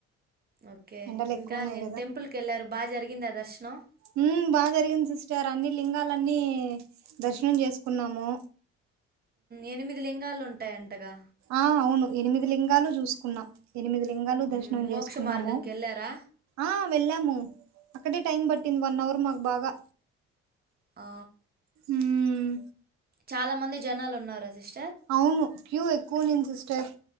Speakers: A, on the right (about 30°); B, on the right (about 60°).
A: ఓకే
B: ఎండలు
A: ఇంకా
B: ఎక్కువ ఉన్నాయి
A: నిన్న టెంపుల్ కి వెళ్ళారు బాగా జరిగిందా దర్శనం
B: మ్ బాగా జరిగింది సిస్టర్ అన్ని లింగాలన్నీ దర్శనం చేసుకున్నాము
A: ఎనిమిది లింగాలు ఉంటాయ్ అంటగా
B: ఆ అవును ఎనిమిది లింగాలు చూసుకున్నాం ఎనిమిది లింగాలు దర్శనం
A: మ్మ్, మోక్ష
B: చేసుకున్నాము
A: మార్గంకి వెళ్ళారా
B: ఆ వెళ్ళాము అక్కడే టైం పట్టింది వన్ అవర్ మాకు బాగా
A: ఆ
B: ఉమ్
A: చాలా మంది జనాలు ఉన్నారా సిస్
B: అవును క్యూ ఎక్కువ ఉన్నింది సిస్టర్